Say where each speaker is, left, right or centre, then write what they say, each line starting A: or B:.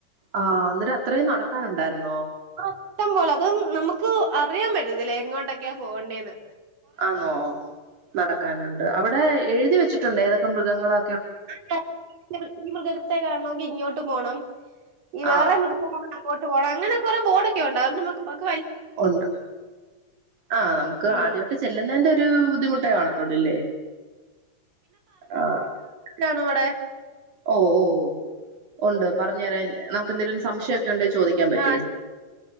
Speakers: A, on the right (about 70°); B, on the right (about 55°).
A: ആ ന്നട്ട് അത്രെയും നടക്കാനുണ്ടാര്ന്നോ
B: ആ ഷ്ട്ടം പോല അത് നമക്ക് അറിയാം പറ്റത്തില്ല എങ്ങോട്ടെക്ക്യാ പോവണ്ടേന്ന്
A: ആന്നോ നടക്കാനുണ്ട് അവടെ എഴുതി വെച്ചി ട്ടുണ്ട് ഏതൊക്ക മൃഗങ്ങളാ
B: <unintelligible> ഈ മൃഗത്തെ കാണ്ണോങ്കി ഇങ്യൊ ട്ട് പോണം ഈ
A: ആ
B: വേറെ മൃ <unintelligible> ട്ട് പോണം അങ്ങനെ കൊറെ ബോടൊക്കെ ഒണ്ട് അഓണ്ട് മ്മക്ക് <unintelligible>
A: ഒണ്ട് ആഹ് നമുക്ക്
B: ഉം
A: ആദ്യയ്ട്ട് ചെല്ലുന്നെന്റെ റ്റേവു ദ്ധിമുട്ടേ കാണത്തൊള്ളു ല്ലേ ആഹ്
B: <unintelligible> ണോ വ്ടെ
A: ഓ ഓ ഓ ഒണ്ട് പറഞ്ഞെരാൻ നമുക്ക് ന്തെലും സംശയൊക്കെ ണ്ടെ ചോദിക്കാൻ പറ്റും
B: ആ